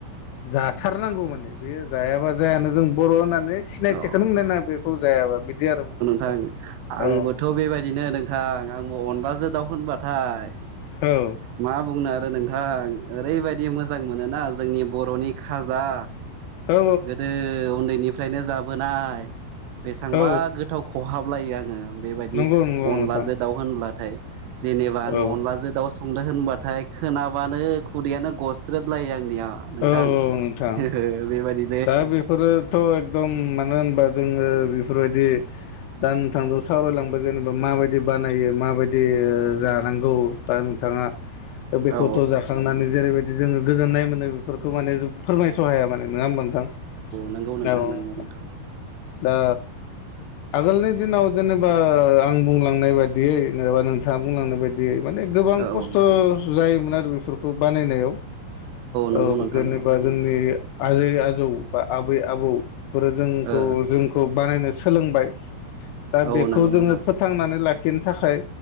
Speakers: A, on the left; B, on the right.
A: जाथारनांगौ माने। बेयो जायाबा जायानो। जों बर' होनना नै सिनायथिखोनो
B: औ
A: मोननाय नोङा बेखौ जायाबा बिदि आरो माने। नोंथां
B: थां आंबोथ'
A: औ
B: बेबायदिनो नोंथां। आंबो अनलाजो दाउ होनबाथाय
A: औ
B: मा बुंनो आरो नोंथां। ओरैबायदि मोजां मोनोना जोंनि बर'नि खाजा।
A: औ
B: गोदो उन्दैनिफ्रायनो जाबोनाय बेसांबा
A: औ
B: गोथाव खहाब लायो आङो बे बायदि
A: नंगौ नंगौ
B: अनलाजो
A: नोंथां औ
B: दाउ होनब्लाथाय। जेनेबा आङो
A: औ
B: अनलाजो दाउ संदो होनबाथाय खोनाबानो खुदैयानो गस्रोद लायो आं निआ नोंथां
A: औ नोंथां
B: <unintelligible> बेबायदि
A: दा बेफोरोथ' एकदम मानो होनबा जोङो बिफोरबायदि दा नोंथांजों सावरायलांबाय जेनेबा माबायदि बानायो माबायदि ओ जानांगौ। दा थाङा ओ बेखौथ'
B: औ
A: जाखांनानै जेरैबायदि जोङो गोजोननाय मोनो बेफोरखौ माने जों फोरमायस' हाया माने। नोङा थां औ नोंथां।
B: नंगौ नंगौ नोंथां
A: दा आगोलनि दिनाव जेनेबा ओ आं बुंलांनाय बादियै जेनेबा नोंथाङा बुंलांनाय बायदियै माने गोबां
B: औ
A: खस्थ'
B: औ नोंथां
A: जायोमोन आरो बेफोरखौ बानायनायाव। औ
B: नंगौ नोंथां
A: जेनेबा जोंनि आजै आजौ बा आबै आबौफोर जोंखौ
B: औ
A: जोंखौ बानायनाय सोलोंबाय दा
B: औ
A: बेखौ
B: नंगौ नोंथां
A: जोङो फोथांनानै लाख खिन थाखाय